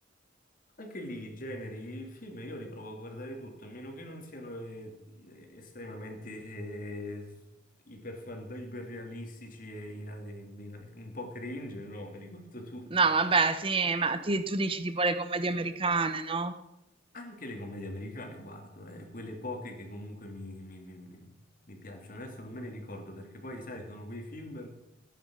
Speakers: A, on the left; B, on the right.
A: Anche lì i generi, il film io li provo a guardare tutto, a meno che non siano eh, estremamente eh, s- iperfan- iperrealistici e ina- e ina- un po' cringe, no, me li guardo tutti.
B: No, vabbè, sì, ma ti- tu dici tipo le commedie americane, no?
A: Anche le commedie americane guardo, eh, quelle poche che comunque mi, mi- mi- mi- mi piacciono. Adesso non me ne ricordo perché poi, sai, sono quei film